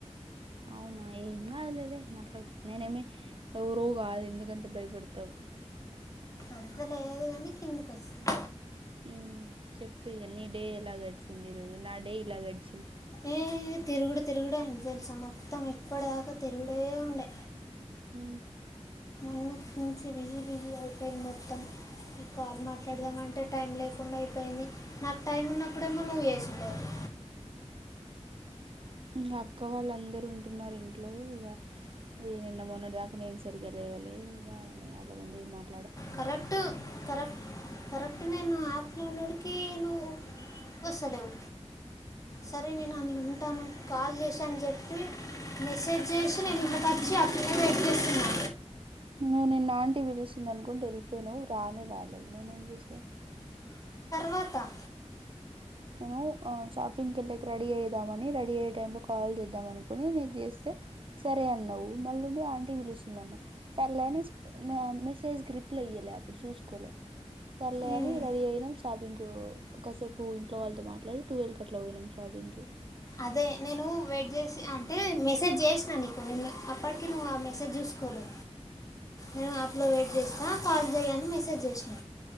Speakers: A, on the right; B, on the left.
A: అవునా ఏం కాలేవే మాట్లాడు నేనేమి ఎవరో కాదు ఎందుకంత భయపడతావు
B: అంత లేదు కానీ కిందికి వస్తున్న
A: హ చెప్పు ఇగ నీ డే ఎలా గడ్చింది ఇరోజ నా డే ఇలా గడిచి
B: ఏ తిరుగుడు తిరుగుడు అంత తెలుసా మొత్తం ఇప్పటిదాకా తిరుగుడే ఉండే
A: హ
B: మొన్నటి నుంచి బిజీ బిజీ అయిపోయింది మొత్తం ఈ కాల్ మాట్లాడదామంటే టైం లేకుండా పోయింది నాకు టైం ఉన్నప్పుడేమో నువ్వు చేస్తాలే వ్
A: ఇంక అక్క వాళ్ళు అందరుూ ఉంటున్నారు ఇంట్లో ఇక ఈ నిన్న మొన్నటిదాకా నేను సరిగ్గా చేయలే పోలే ఇవే అయినయి ఆళ్ళ ముందు మాట్లాడలే
B: కరెక్ట్ కరెక్ట్ కరెక్ట్ నేను ఆప్ అలా ఉన్నోడికి నువ్వు వస్తలేవు సరే నేను ఆన్లైన్ ఉంటాను కాల్ చేశా అని చెప్పి మెసేజ్ చేసి నేను ఇంతక నుంచి అట్లనే వెయిట్ చేస్తున్నా
A: నువ్వు నిన్న ఆంటీ పిలుస్తుంది అనుకుంటా వెళ్ళిపోయినావు్ రానే రాలేదు నేనేం చేసేది
B: మత
A: నేను షాపింగ్కి వెళ్ళకి రెడీ అయిామని రెడీ అయ్యే టై లో కాల్ చేద్దాం అనుకుని నీకు చేస్తే సరే అన్నావ్ మళ్ళండి ఆంటీ పిలుస్తుందిన్నా్ సరలేని మెసేజ్ గ్రిప్ ఇయ్యలే అప్పుడు చూసుకోలే సర్లే
B: ఉమ్,
A: అని రెడీ అయినం షాపింగ్ ఒకకాసేపు వాళ్లతో మాట్లాడి టూ కట్ల పోయినం షాపింగ్ కి
B: అదే నేను వెయిట్ చేసి అంటే మెసేజ్ చేసి నీకు అప్పటికి నువ్వు ఆ మెసేజ్ చూసుకోలే నేను అప్లోడ్ చేస్తా కాల్ చేయని మెసేజ్ చేసిన